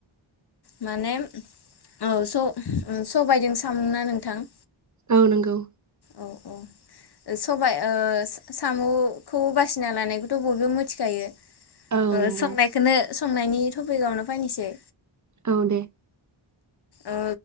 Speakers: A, on the left; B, on the right.
A: माने औ स ओं सबायजों सामुना नोंथां?
B: औ नंगौ।
A: औ-औ ओ सबाइ ओ सा साम'खौ बासिना लानायखौथ' बयबो मोथिखायो। ओ
B: औ नंगौ
A: संनायखोनो संनायनि थपिकावनो फायनोसै
B: औ दे,
A: ओ